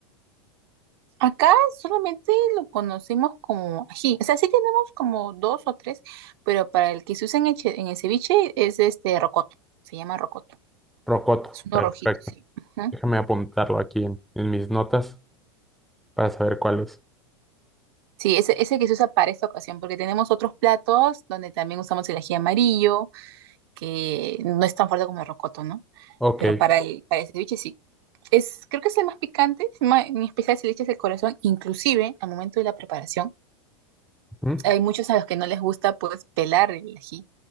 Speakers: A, on the right (about 55°); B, in the centre.
A: Acá solamente lo conocemos como ají. O sea, sí tenemos como dos o tres, pero para el que se usa en el, che- en el ceviche es este rocoto. Se llama rocoto.
B: Rocoto.
A: Es uno
B: Perfecto.
A: rojito, sí. Ujú.
B: Déjame apuntarlo aquí en, en mis notas para saber cuál es.
A: Sí, ese, ese que se usa para esta ocasión, porque tenemos otros platos donde también usamos el ají amarillo, que no es tan fuerte como el rocoto, ¿no?
B: Ok.
A: Pero para el, para el ceviche sí. Es, creo que es el más picante, es más- en especial si le echas el corazón, inclusive al momento de la preparación
B: ujú.
A: hay muchos a los que no les gusta pues pelar el ají